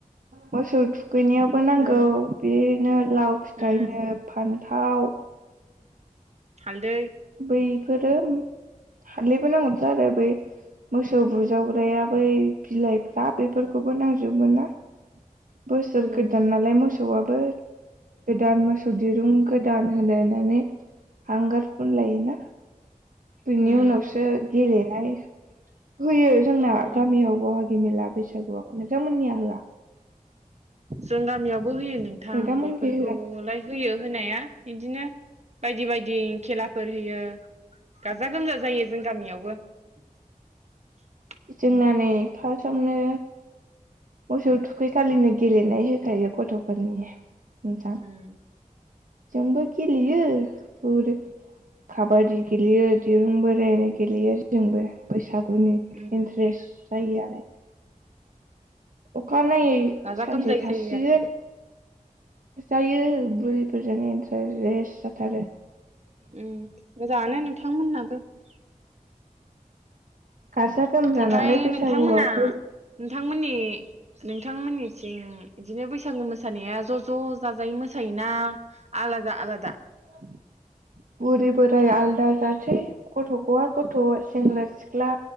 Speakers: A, on the right; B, on the right.
A: मोसौथु गैनायावबो नांगौ
B: उम
A: बे नो । लाव फिथाइनो
B: उम
A: फान्थाव
B: हालदै ।
A: बैफोरो हारदैबो नांगौथ आरो बै मोसौ बुजावग्राया बै बिलाइफ्रा बेफोरखौबो नांजोबबोमोन ना । बोसोर
B: उम
A: गोदान नालाय मोसौआबो गोदान मोसौ दिरुं गोदान होनलायनानै हांगार। फुनलायो ना। बिनि
B: उम
A: उनावसो गेले <unintelligible> होयो जोंना
B: उम
A: गामियाव बहागि मेला बैसागुआव । नोंथांमोननिया होआ?
B: जों गामियाव । बो होयो नोंथां
A: नोंथांमोनखै
B: बेफोरखौलाय
A: होआ
B: होयो होनाया बिदिनो बायदि बायदि खेलाफोर होयो गाजा-गोमजा जायो जों गामियावबो ।
A: बुंनानै फासावनो मोसौ थुखैखालिनो गेलेनाय होखायो गथ'फोरनि । नोंथां
B: उम
A: जोंबो गेलयो फुर काबादि गेलेयो दिरुंबो बोलायनाय गेलेयो जोंबो बोस सागुनि
B: उम
A: इन्ट्रेस्ट जायो आरो । अखानायै
B: गाजा
A: सानसे
B: गोमजायै
A: थासिगोन
B: जायो आरो
A: । जायो बुरिफोरजों इन्टारेस जाथारो ।
B: उ मोजाङानो नोंथांमोन्नाबो ।
A: गाजा गोमजा
B: ओमफ्राय
A: नालाय बैसागुआव
B: नोंथांमोना नोंथांमोननि नों नोंथांमोननिथिं बिदिनो बैसागु मोसानाया ज' ज' जाजायै मोसायोना आलादा-आलादा?
A: <unintelligible> बुरै-बोराय आल दा गासै गथ' बबा गथ' सेंग्रा सिख्ला